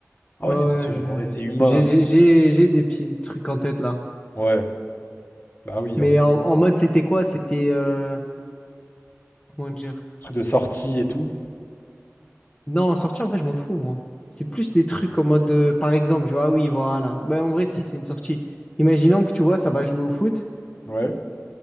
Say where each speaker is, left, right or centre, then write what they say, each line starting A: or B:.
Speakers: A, on the left; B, on the left.
A: Ah
B: Ouais,
A: ouais,
B: ouais,
A: c'est sûr,
B: je,
A: en vrai, c'est humain,
B: j'ai,
A: ça.
B: j'ai, j'ai j'ai des petits trucs en tête là.
A: Ouais, bah oui,
B: Mais
A: en vrai,
B: en,
A: oui.
B: en mode, c'était quoi? C'était, euh, comment dire?
A: truc de sortie et tout.
B: Non, sortie, en vrai, je m'en fous, moi. C'est plus des trucs en mode, euh, par exemple, je vois, ah oui, voilà. Mais en vrai, si, c'est une sortie. Imaginons que tu vois, ça va jouer au foot,
A: Ouais,